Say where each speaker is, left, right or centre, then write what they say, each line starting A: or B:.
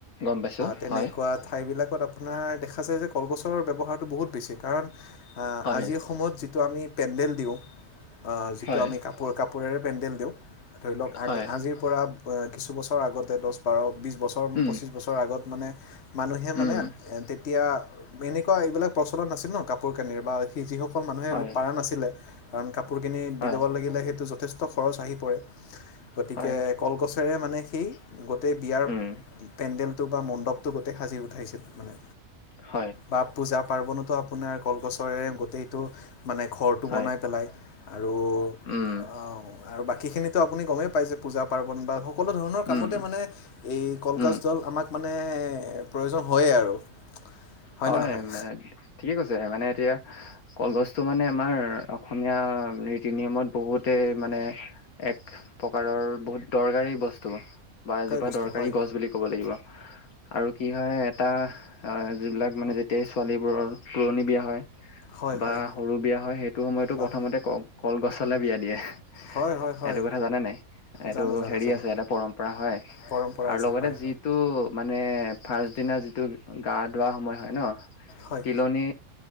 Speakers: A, on the left; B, on the left.
A: গম পাইছোঁ,
B: তেনেকুৱা
A: হয়,
B: ঠাইবিলাকত আপোনাৰ দেখা যায় যে কলগছৰ ব্যৱহাৰটো বহুত বেছি কাৰণ
A: হয়,
B: আজিৰ সময়ত যিটো আমি পেণ্ডেল দিওঁ যিটো
A: হয়,
B: আমি কাপোৰ কাপোৰেৰে পেণ্ডেল দিওঁ ধৰি লওক আগ
A: হয়,
B: আজিৰ পৰা কিছু বছৰ আগতে দহ বাৰ বিছ বছৰ
A: উম,
B: পঁচিছ বছৰ আগত মানে মানুহে মানে
A: উম,
B: তেতিয়া এনেকুৱা এইবিলাক প্ৰচলন নছিল ন কাপোৰ কানিৰ বা সি যিসকল মানুহে
A: হয়,
B: পাৰা নাছিলে কাৰণ কাপোৰ কিনি
A: হয়,
B: দি ল'ব লাগিলে সেইটো যথেষ্ট খৰচ আহি পৰে গতিকে
A: হয়,
B: কলগছেৰে মানে সেই গোটেই বিয়াৰ
A: উম,
B: পেণ্ডেলটো বা মণ্ডপটো গোটেই সাজি উঠাইছিল মানে
A: হয়
B: বা পূজা পাৰ্বণতো আপোনাৰ কলগছৰে গোটেইটো মানে ঘৰটো
A: হয়,
B: বনাই পেলাই আৰু
A: উম,
B: আৰু বাকীখিনিতো আপুনি গমেই পাইছে পূজা পাৰ্বন বা সকলো ধৰণৰ কামতে
A: উম,
B: মানে এই কলগছ
A: উম,
B: দল আমাক মানে প্ৰয়োজন হয়েই আৰু হয়নে
A: হয়
B: নহয়
A: ঠিকে কৈছে মানে এতিয়া কলগছটো মানে আমাৰ অসমীয়া ৰীতি নিয়মত বহুতে মানে এক প্ৰকাৰৰ বহুত দৰকাৰী বস্তু বা এজোপা
B: বস্তু
A: দৰকাৰী
B: হয়
A: গছ বুলি ক'ব লাগিব আৰু কি হয় এটা যিবিলাক মানে যেতিয়া এই ছোৱালীবোৰৰ তুলনি বিয়া হয়
B: হয়
A: বা
B: হয়
A: সৰু বিয়া হয় সেইটো সময়তো
B: বাহ
A: প্ৰথমতে ক কলগছলে বিয়া দিয়ে
B: হয় হয় হয়
A: এইটো কথা জানে নাই এইটো
B: জানো জানো
A: হেৰি
B: জানো
A: আছে এটা পৰম্পৰা হয়
B: পৰম্পৰা
A: আৰু
B: আছে
A: লগতে
B: হয়
A: যিটো মানে ফাৰ্ষ্ট দিনা যিটো গাত ধোৱা সময় হয় ন
B: হয়
A: তিলনী